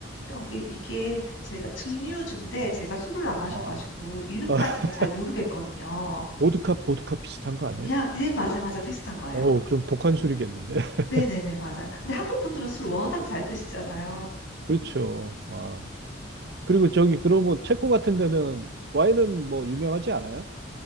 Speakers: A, on the left (about 75°); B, on the right (about 55°).
A: 여기 이게 제가 증류주인데 제가 술을 안 마셔가지고
B: 아,
A: 이름까지는
B: <laughs>
A: 잘 모르겠거든요.
B: 보드카, 보드카 비슷한 거 아니에요?
A: 야, 네, 맞아, 맞아. 비슷한 거예요.
B: 어, 그럼 독한 술이겠는데. <laughs>
A: 네네네, 맞아요. 근데 한국 분들은 술 워낙 잘 드시잖아요.
B: 그렇죠. 아, 그리고 저기 그러면 체코 같은 데는 와인은 뭐 유명하지 않아요?